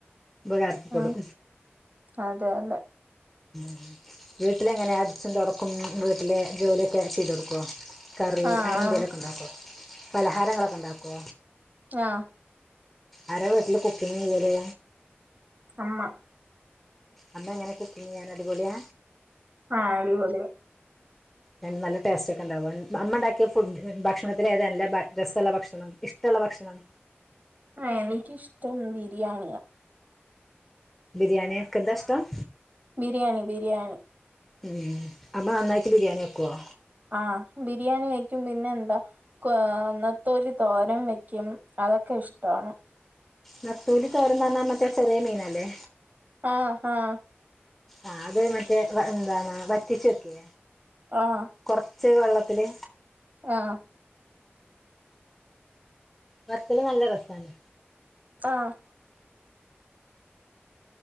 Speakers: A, in the centre; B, on the right (about 40°).
A: ഉപകാരപ്പെടും
B: ഉം അതെ അതെ
A: ഉം വീട്ടിലെങ്ങനെയാ അടിച്ചും തൊടക്കും വീട്ടിലെ ജോലിയൊക്കെ ചെയ്തൊടുക്കോ? കറി
B: ആ
A: അങ്ങനെന്തേലൊക്ക
B: ആ
A: ണ്ടാക്കോ? പലഹാരങ്ങളൊക്ക ണ്ടാക്കോ?
B: ആഹ്
A: ആരാ വീട്ടില് കുക്കിങ്ങെയ്യല്?
B: അമ്മ
A: അമ്മ എങ്ങനെ കുക്കിങ്ങയ്യാൻ അടിപൊളിയാ?
B: ആഹ് അടി പൊളിയാ
A: ഞാൻ ന്നാല് ടേസ്‌റ്റൊക്കണ്ടാവോ? അമ്മ ഇണ്ടാക്കിയ ഫുഡ് ഭക്ഷണത്തി ലേത നല്ല രസള്ള ഭക്ഷണം ഇഷ്ടള്ള ഭക്ഷണം?
B: ആഹ് എനിക്കിഷ്ടം ബിരിയാണിയാ
A: ബിരിയാണിയാക്കതാഷ്ടം?
B: ബിരിയാണി ബിരിയാണി
A: ഉം അമ്മ നന്നായിട്ട് ബിരിയാണി വെക്കുവോ?
B: ആഹ് ബിരിയാണി വയ്ക്കും പിന്നെന്താ ക്വ നത്തോലി തോരൻ വെയ്ക്കും അതൊക്കെ ഇഷ്ടാണ്
A: നത്തോലി തോരന്നറിഞ്ഞ മറ്റേ ചെറിയ മീനല്ലേ?
B: ആഹ് ആഹ്
A: ആഹ് അത് മറ്റേ വ എന്താണ് വറ്റിച്ചെക്കേ?
B: ആഹ്
A: കൊറച്ച് വെള്ളത്തില്
B: ആഹ്
A: നത്തല് നല്ല രസാണ്
B: ആഹ്